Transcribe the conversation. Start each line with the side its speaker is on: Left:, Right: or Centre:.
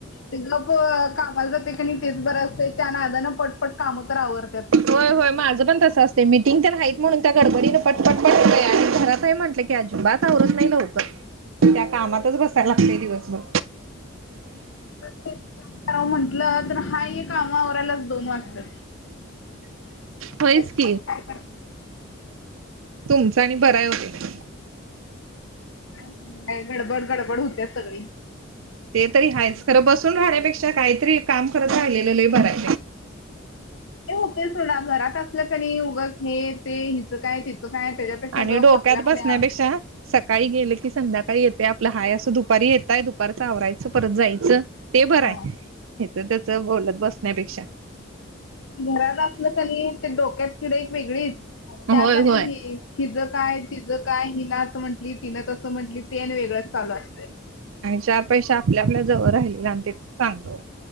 Left: हे लोकं कामाला जाते की नाही तेच बरं असतं त्या नादानां पटपट काम तर आवरत्यात.
Right: होय होय माझं पण तसं असतय मीटिंग तर हाईत म्हणून त्या गडबडीनं पट पट पट <unintelligible> आणि घरात म्हटलं की अजिबात आवरत नाही लवं त्या कामातच बसायला लागतय दिवसभर
Left: एक काम करा म्हटलं तर हा एक काम आवरायलाच दोन वाजतात.
Right: होयच
Left: असं
Right: की
Left: काय करता
Right: तुमचा आणि बराय हो
Left: काय गडबड गडबड होत्या सगळी
Right: ते तरी आहेच खरं बसून राहण्यापेक्षा कायतरी काम करत राहिलेलं लय बराय
Left: ते होते सोडा घरात असलं कं नी उगच हे ते हिचं काय तिचं काय त्याच्यापेक्षा
Right: आणि
Left: गप
Right: डोक्यात
Left: आपल्या आपल्या
Right: बसण्यापेक्षा सकाळी गेलं की संध्याकाळी येतय आपला हाय असं दुपारी येतय दुपारच आवरायचं परत जायचं. ते बरं
Left: होय.
Right: आहे ह्याच त्याच बोलत बसण्यापेक्षा
Left: घरात असलं कनी ते डोक्यात किडे एक वेगळीच त्यात
Right: होय
Left: आणि
Right: होय
Left: हे हिजं काय तिजं काय हिला असं म्हंटली तिला तसं म्हटली ते आणि वेगळंच चालू असतय.
Right: आणि चार पैसे आपल्या आपल्या जवळ राहिलेल आणि ते चांगलं ओ